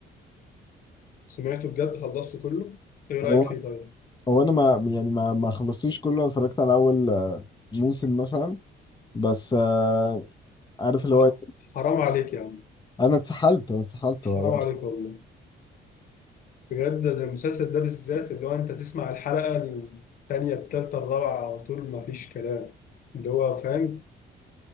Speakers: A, on the left; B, on the left.
A: سمعته بجد خلصته كله ايه رايك
B: هو
A: فيه طيب
B: هو انا ما يعني ما ما خلصتوش كله أنا اتفرجت على اول آه، موسم مثلا بس آه، عارف اللي
A: ح-
B: هو
A: حرام عليك يا عم
B: انا اتسحلت انا اتسحلت
A: حرام
B: والله
A: عليك والله بجد ده المسلسل ده بالذات اللي هو انت تسمع الحلقه الثانيه الثالثه الرابعه على طول ما فيش كلام اللي هو فاهم